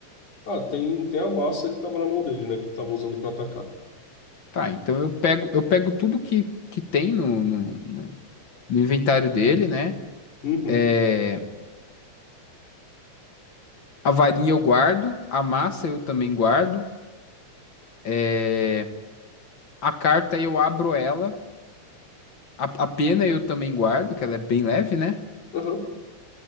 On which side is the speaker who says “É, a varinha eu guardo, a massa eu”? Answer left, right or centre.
Left